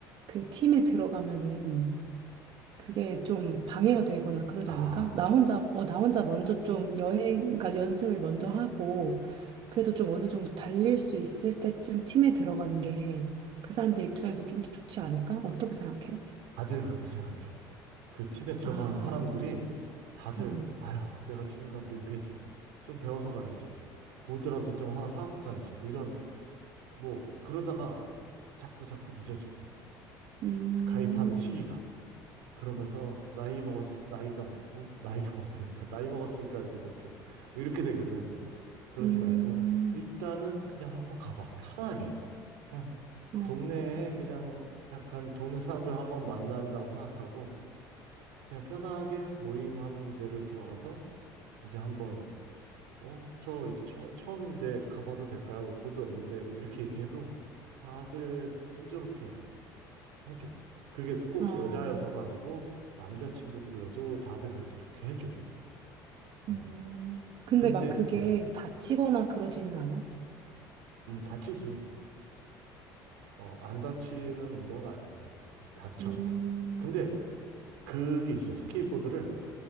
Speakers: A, on the right; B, on the right.
A: 그 팀에 들어가면은 그게 좀 방해가 되거나 그러지
B: 음아
A: 않을까? 나 혼자, 어, 나 혼자 먼저 좀 여행, 그러니까 연습을 먼저 하고, 그래도 좀 어느 정도 달릴 수 있을 때쯤 팀에 들어가는 게 그 사람들 입장에서 좀 더 좋지 않을까? 어떻게 생각해?
B: 다들 그렇게 생각해 그 팀에 들어간
A: 아,
B: 사람들이 다들
A: 음,
B: 아유 내가 지금 간 민폐지 좀 배워서 가야지 보드라도 좀 하나 사갖고 가야지 뭐 이런 뭐 그러다가 자꾸 자꾸 늦어져
A: 음,
B: 가입하는 시기가 그러면서 나이 먹었 나이가 먹고 나이가 <laughs> 먹으니까 나이 먹었으니까 이제 못해 뭐 이렇게 되거든 그러지
A: 음,
B: 말고 일단은 그냥 한번 가봐 편하게 그냥
A: 음,
B: 동네에 그냥 약간 동네 사람들 한번 만난다고 생각하고 그냥 편하게 모임하는 데를 들어가서 이제 한번 어, 저 이제 처, 처음인데 가봐도 될까요? 뭐 보드 없는데 뭐 이렇게 얘기해도 다들 순조롭게 해줘. 그게 꼭
A: 아,
B: 여자여서가 아니고 남자 친구들이어도 다들 그렇게 좋게 해줘. 음.
A: 음. 근데
B: 근데
A: 막 그게
B: 음,
A: 다치거나 그러지는 않아?
B: 음, 다치지. 어, 안 다치는 운동은 아니야. 음, 다쳐.
A: 음,
B: 근데 그게 있어. 스케이트보드를